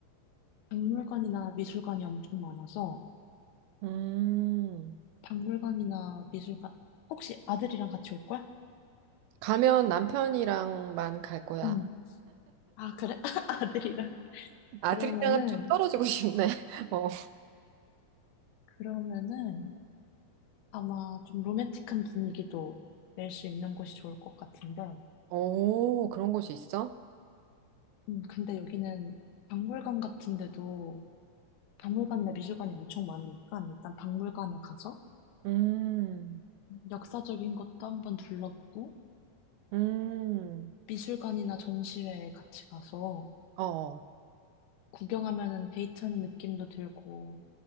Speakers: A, on the left; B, on the right.
A: 박물관이나 미술관이 엄청 많아서
B: 음,
A: 박물관이나 미술관 혹시 아들이랑 같이 올 거야?
B: 가면 남편이랑만 갈 거야.
A: 응. 아, 그래? <laughs> 아들이랑.
B: 아들이랑은
A: 그러면은
B: 좀 떨어지고 싶네. <laughs> 어.
A: 그러면은 아마 좀 로맨틱한 분위기도 낼 수 있는 곳이 좋을 것 같은데.
B: 오, 그런 곳이 있어?
A: 음, 근데 여기는 박물관 같은데도 박물관이나 미술관이 엄청 많으니까 일단 박물관을 가서
B: 음,
A: 역사적인 것도 한번 둘러보고
B: 음,
A: 미술관이나 전시회에 같이 가서
B: 어, 어.
A: 구경하면은 데이트하는 느낌도 들고